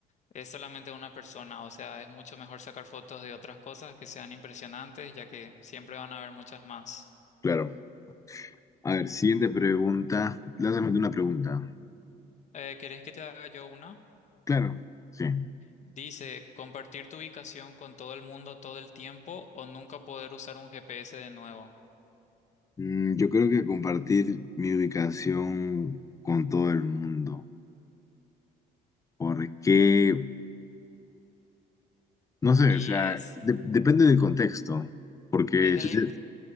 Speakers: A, on the left; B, on the left.
A: es solamente una persona. O sea, es mucho mejor sacar fotos de otras cosas que sean impresionantes, ya que siempre van a haber muchas más.
B: Claro. A ver, siguiente pregunta. Lánzame tú una pregunta.
A: Eh, ¿querés que te haga yo una?
B: Claro, sí.
A: Dice, compartir tu ubicación con todo el mundo todo el tiempo o nunca poder usar un GPS de nuevo.
B: Mm, yo creo que compartir mi ubicación con todo el mundo. ¿Por qué? No sé,
A: Y
B: o sea,
A: es,
B: de- depende del contexto, porque
A: es el,
B: si te,